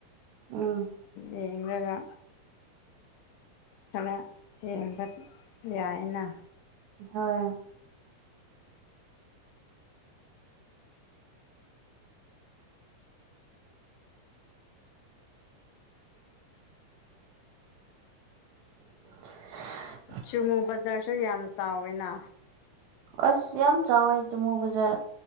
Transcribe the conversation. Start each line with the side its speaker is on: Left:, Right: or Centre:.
Right: ꯎꯝ꯫
Left: ꯌꯦꯡꯔꯒ ꯈꯔ ꯌꯦꯡꯕ ꯌꯥꯏꯅ
Right: ꯍꯣꯏ <inaudible>
Left: ꯆꯨꯃꯨ ꯕꯖꯥꯔꯁꯨ ꯌꯥꯝ ꯆꯥꯎꯋꯤꯅ
Right: ꯑꯁ ꯌꯥꯝ ꯆꯥꯎꯋꯦ ꯆꯃꯨ ꯕꯖꯥ